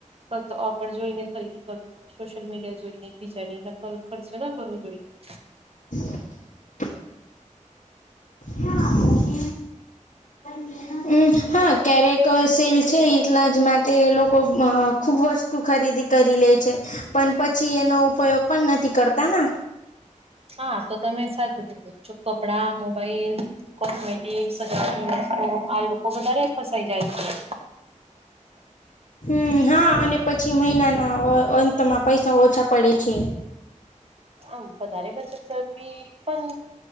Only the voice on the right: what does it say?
ફક્ત ઓફર જોઈ ને ખરીદી કરવું. સોશિયલ મીડિયા જોઈ ને બીજા ની નકલ ખર્ચો ના કરવો જોઈએ.
હા તો તમે સાચું કીધું છો કપડાં મોબાઈલ કોમે એક સજાવાટ ની વસ્તુ આ લોકો વધારે ફસાઈ જાય છે.
આ પ વધારે પછ કરી પણ